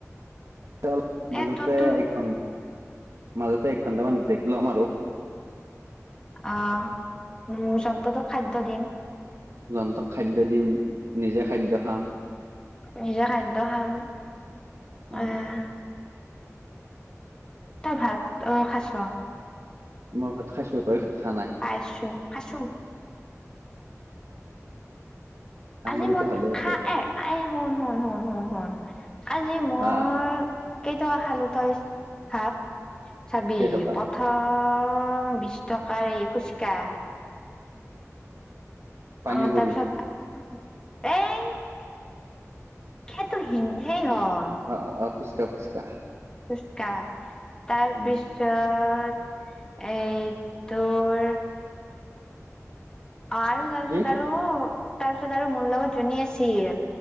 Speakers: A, on the right (about 70°); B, on the left (about 15°).
A: অলপ মাজতে
B: এ তোৰ তোৰ
A: এক ঘণ মাজতে এক ঘণ্টামান ব্ৰেক লম আৰু।
B: অ' উম জন্তুটোক খাদ্য দিম।
A: জন্তুক খাদ্য দিম, নিজে খাদ্য খাম।
B: নিজে খাদ্য খাম,
A: অ
B: এহ ভাত অ খাইচ
A: মই ভাত খাইছো তই খোৱা নাই
B: খাইছো খাইছো।
A: আঙুলিটো
B: আজি মই
A: ভালে আছে
B: খা এ এ শুন শুন শুন শুন শুন। আজি মই
A: আহ
B: কেইটকা খালো তই ভাব। চাবি
A: কেইটকা
B: পথাৰৰ প্ৰথম বিশ টকাৰে ফুচকা।
A: পানী
B: অ'
A: পুৰি
B: তাৰপিছত। এই সেইটো সেই হয়।
A: অ অ ফুচকা ফুচকা।
B: ফুচকা, তাৰপিছত
A: উম
B: এই তোৰ অ' আৰু তাৰপিছত
A: কি
B: আৰু তাৰপিছত আৰু মোৰ লগত যোনে আছিল